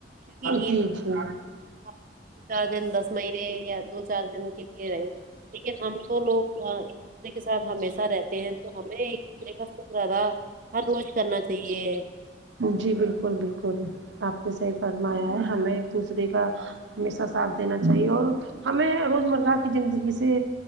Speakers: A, on the right; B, on the right.
A: کیونکہ عید
B: جی
A: کا تہوار
B: جی
A: دو چار دن دس مہینے یا دو چار دن کے لیے رہے لیکن ہم تو لوگ دوسرے کے ساتھ ہمیشہ رہتے ہیں تو ہمیں ایک دوسرے کا سک زدہ ہر روز کرنا چاہیے
B: جی بالکل بالکل آپ نے صحیح فرمایا ہے ہمیں ایک دوسرے کا ہمیشہ ساتھ دینا چاہیے اور ہمیں روز مرہ کی زندگی سے